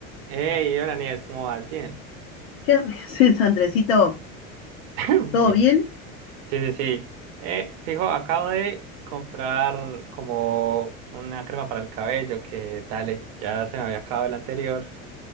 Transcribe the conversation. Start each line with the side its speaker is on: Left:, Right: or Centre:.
Right: Hey, hola Nieves, ¿cómo vas? Bien.
Left: ¿Qué haces, Andresito?
Right: <clears throat>
Left: ¿Todo
Right: Bien.
Left: bien?
Right: Sí, sí, sí. Eh, fijo, acabo de comprar como una crema para el cabello que, dale, ya se me había acabado el anterior.